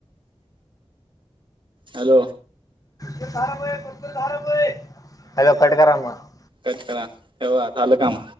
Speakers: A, on the right; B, on the left.
A: हॅलो
B: दहा रुपये फक्त दहा रुपये हालो कोट का रा मग
A: कच करा तेव्हा झालं काम